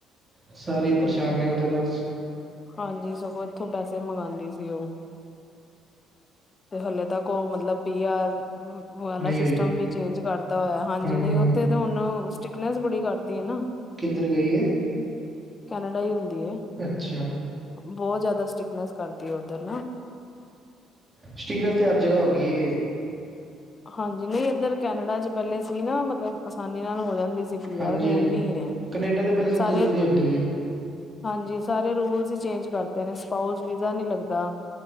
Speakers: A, on the right (about 20°); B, on the left (about 25°).
A: ਸਾਰੇ ਈ ਪਰੇਸ਼ਾਨ ਨੇ ਉਹ ਤੇ ਬਸ।
B: ਹਾਂਜੀ ਸਗੋਂ ਇੱਥੋਂ ਪੈਸੇ ਮੰਗਵਾਉਂਦੀ ਸੀ ਉਹ। ਤੇ ਹਲੇ ਤੱਕ ਉਹ ਮਤਲਬ ਪੀ ਆਰ ਉਹ ਵਾਲਾ
A: ਨਹੀਂ
B: ਸਿਸਟਮ
A: ਹੋਈ
B: ਵੀ ਚੇਂਜ ਕਰਤਾ ਹੋਇਆ ਹਾਂਜੀ
A: ਹੂੰ
B: ਨਹੀਂ ਉੱਥੇ ਹੁਣ ਸਟਿਕਨੈਸ ਬੜੀ ਕਰਤੀ ਏ ਨਾ।
A: ਕਿੱਧਰ ਗਈ ਏ।
B: ਕੈਨੇਡਾ ਹੀ ਹੁੰਦੀ ਏ।
A: ਅੱਛਾ।
B: ਬਹੁਤ ਜ਼ਿਆਦਾ ਸਟਿਕਨੈਸ ਕਰਦੀ ਹੈ ਉੱਧਰ ਨਾ।
A: ਸਟ੍ਰਿਕਨੈੱਸ ਤੇ ਹਰ ਜਗ੍ਹਾ ਹੋ ਗਈ ਏ।
B: ਹਾਂਜੀ ਨਹੀਂ ਇੱਧਰ ਕੈਨੇਡਾ ਚ ਪਹਿਲੇ ਸੀ ਨਾ ਮਤਲਬ ਆਸਾਨੀ ਨਾਲ ਹੋ ਜਾਂਦੀ ਸੀ। ਯਾਰ
A: ਹਾਂਜੀ
B: ਹੁਣ
A: ਹਾਂਜੀ
B: ਨੀ ਏ
A: ਕਨੇਡਾ ਤੇ ਪਹਿਲੇ ਸਭ
B: ਸਾਰੇ
A: ਤੋਂ ਜਲਦੀ ਹੁੰਦੀ ਸੀ
B: ਹਾਂਜੀ ਸਾਰੇ ਰੂਲਸ ਹੀ ਚੇਂਜ ਕਰਤੇ ਨੇ ਸਪਾਊਸ ਵੀਜ਼ਾ ਨੀ ਲੱਗਦਾ।